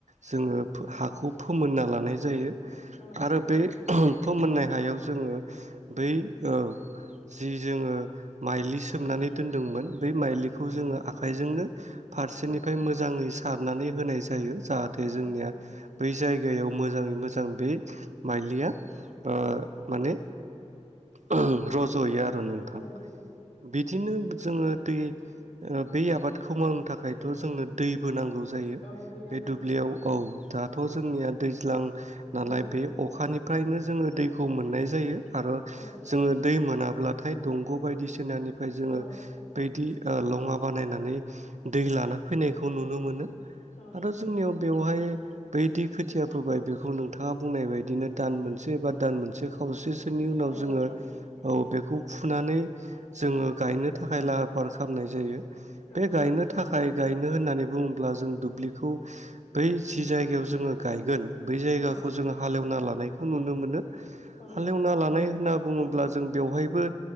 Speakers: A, on the right; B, on the left.
A: जोङो फो हाखौ फोमोनना लानाय जायो।
B: औ
A: आरो बे होम फोमोननाय हायाव जोङो
B: उम
A: बै औ जि जोङो माइलि सोमनानै दोनदोंमोन। बे माइलिखौ
B: औ
A: जोङो आखायजों जोंनो फारसेनिफ्राय
B: उम
A: मोजाङै सारनानै होनाय जायो। जाहाथे
B: औ
A: जोंनिया बै जायगायाव मोजाङै मोजां बे माइलिया ओह
B: औ
A: माने ओहम रज'यो आरो नोंथां
B: औ
A: बिदिनो जोङो दै ओ बे आबादखौ मावनो थाखायथ' जोंनो दैबो नांगौ। जायो
B: औ दै नांगौ
A: बे दुब्लियाव औ दाथ' जोंनिया दैज्लां
B: उम
A: नालाय बे अखानि फ्रायनो जोङो दैखौ मोननाय जायो। आरो
B: औ
A: जोङो दै मोन। मोनाब्लाथाय दंग बायदिसिनानि जोङो
B: औ
A: बायदि ओ लङा बानायनानै दै लाना फैनायखौ नुनो मोनो।
B: औ
A: आरो जोंनियाव बेवहाय बैदि खोथिया फाबाय बे बे खौ नोंथाङा बुंनाय बायदिनो दान मोनसे एबा दान मोनसे खावसे। बिसोरनि उनाव
B: औ
A: जोङो। औ बेखौ फुनानै जोङो गायनो थाखाय लाहार फार खालामनाय जायो।
B: औ
A: बे गायनो थाखाय। फाइ गायनो होननानै बुङोब्ला जों दुब्लिखौ। बेखौ बै जि जायगायाव जोङो गायगोन। बै जायगाखौ
B: औ
A: जोंङो हालेवनानै लानायखौ नुनो मोनो।
B: औ
A: हालेवना लानाय होनना बुङोब्ला जों बेवहायबो